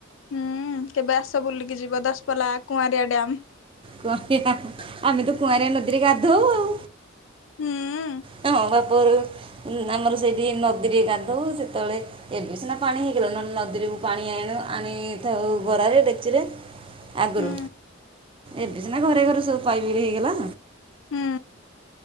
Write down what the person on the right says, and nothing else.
କୁଆଁରିଆ ଆମେ ତୁ କୁଆଁରିଆ ନଦୀରେ ଗାଧଉ ଆଉ।
ହଁ ବା ପୁରୁ ଆମର ସେଇଠି ନଦୀରେ ଗାଧଉ ସେତେବେଳେ ଏବେ ସିନା ପାଣି ହେଇଗଲା ନହେଲେ ନଦୀରେ ପାଣି ଆଇଣୁ ଆଣିଥାଉ ଗରାରେ ଡେକ୍ଚିରେ। ଆଗରୁ
ଏବେ ସିନା ଘରେ ଘରେ ସବୁ ପାଇପି ହେଇଗଲା।